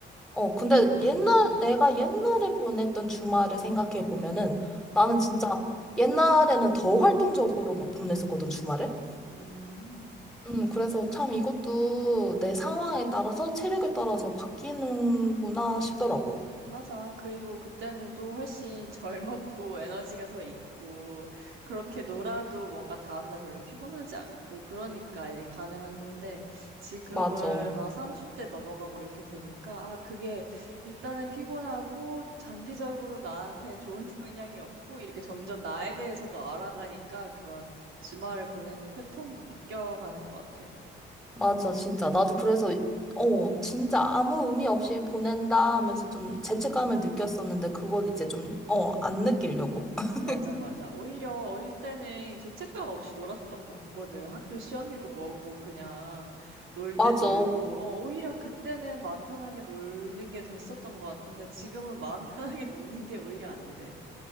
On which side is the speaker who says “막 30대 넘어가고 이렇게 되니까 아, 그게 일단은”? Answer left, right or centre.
Right